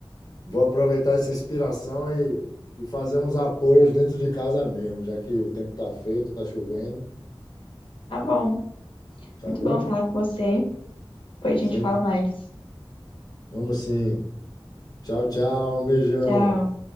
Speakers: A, on the left; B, on the left.
A: Vou aproveitar essa inspiração e, e fazer uns apoios dentro de casa mesmo, já que o tempo tá feio, tá chovendo,
B: Tá bom.
A: tá
B: Muito
A: bom?
B: bom falar com você. Depois a gente
A: Sempre.
B: fala mais.
A: Vamos sim. Tchau, tchau, um beijão.
B: Tchau.